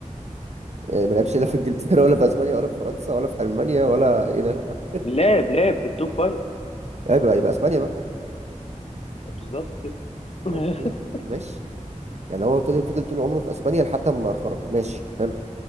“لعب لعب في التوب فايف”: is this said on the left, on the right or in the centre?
Left